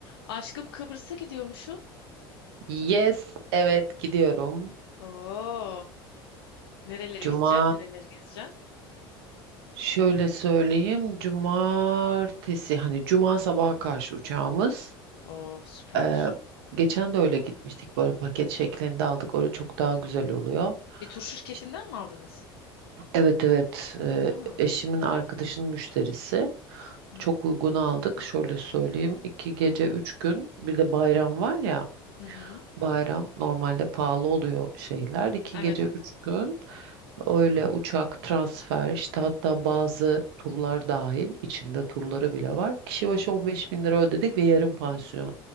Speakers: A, on the left (about 80°); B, on the right (about 75°).
A: Aşkım Kıbrıs'a gidiyormuşum.
B: Yes, evet gidiyorum.
A: Oo, nerelere
B: Cuma
A: gideceksin? Nereleri gezeceksin?
B: şöyle söyleyeyim. Cumartesi hani cuma sabaha karşı uçağımız.
A: Oo, süper.
B: Ee, geçen de öyle gitmiştik. Böyle paket şeklinde aldık. Öyle çok daha güzel oluyor.
A: Bir tur şirketinden
B: İşte,
A: mi aldınız?
B: Evet evet e,
A: Aa,
B: eşimin arkadaşının müşterisi.
A: hı
B: Çok
A: hı,
B: uygun aldık. Şöyle söyleyeyim. iki gece üç gün. Bir de bayram var ya.
A: hı hı.
B: bayram normalde pahalı oluyor şeyler. İki
A: Evet
B: gece
A: evet.
B: üç gün öyle uçak, transfer işte hatta bazı turlar dahil içinde turları bile var. Kişi
A: Oo.
B: başı on beş bin lira ödedik ve yarım pansiyon.